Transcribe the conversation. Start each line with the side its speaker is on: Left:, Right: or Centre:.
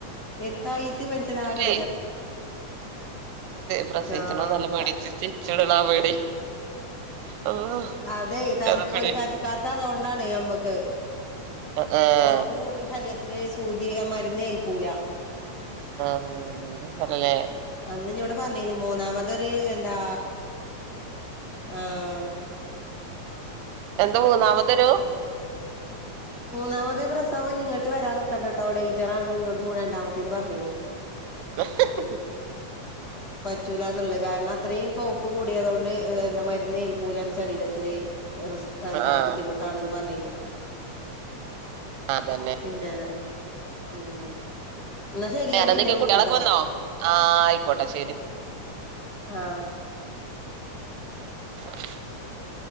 Left: വരുത്തായിട്ട് മനതകണം
Right: എ പ്രസവിച്ച
Left: ആഹ്
Right: നല്ല പേടിച്ചിട്ട് ചിടനാ പേടി അള്ളാ
Left: അതെ
Right: ച്ച്
Left: തരിപ്പ
Right: അതാ പേടി
Left: തരിക്കാത്ത അതുകൊണ്ടാണ് മ്മക്ക്
Right: ആഹ്
Left: കൗപ്പ് കൂടുതൽ ശരീരത്ത് ത്തിലെ സൂചിയ മരുന്ന് ഏൽക്കൂല
Right: ആഹ് അല്ലേ
Left: അന്ന് ന്നോട് പറഞ്ഞിനി മൂന്നാമതൊരു എന്താ ആഹ് ഉം
Right: എന്താ മൂന്നാമതൊരു
Left: മൂന്നാമത് പ്രസവം ഇങ്ങോട്ട് വരാൻ നിക്കണ്ട കേട്ടോ ഡേൻജർ ആണ് എന്നോട് മൂ രണ്ടാമത്തേന് പറഞ്ഞിന്
Right: എഹെഹെഹേ
Left: പറ്റൂല്ലാന്നുള്ളത് കാരണം അത്രയും കോ ഉപ്പ് കൂടിയതുകൊണ്ട് എ എന്താ മ രുന്നേൽക്കൂല എന്ന് ശരീരത്തില് റിസ്ക് എന്താ
Right: ആഹ്
Left: ബുദ്ധിമുട്ടാണ്ന്നു പറഞ്ഞതിന്
Right: അതന്നെ
Left: പിന്നെ ഉം എന്നാ ശരി
Right: ഞാൻ എന്തൊക്കെ
Left: പിന്നെ വിളിക്കാട്ടോ
Right: കുട്ടികളൊക്കെ വന്നോ ആഹ് ആയിക്കോട്ടെ ശെരി
Left: ആഹ്
Right: <unintelligible>